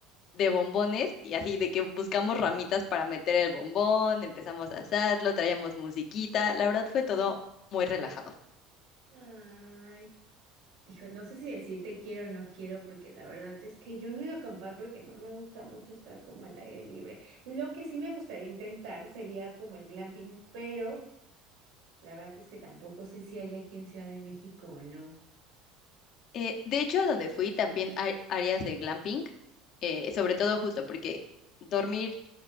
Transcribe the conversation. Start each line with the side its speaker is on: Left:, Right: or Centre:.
Left: de bombones y así de que buscamos ramitas para meter el bombón, empezamos a hacerlo, traíamos musiquita, la verdad fue todo muy relajado.
Right: Ay, dijo, no sé si decirte quiero o no quiero, porque la verdad es que yo no he ido a acampar porque no me gusta mucho estar como al aire libre. Lo que sí me gustaría intentar sería como el glamping, pero la verdad es que tampoco sé si hay aquí en Ciudad de México o no.
Left: Eh, de hecho, a donde fui también hay áreas de glamping, eh, sobre todo justo porque dormir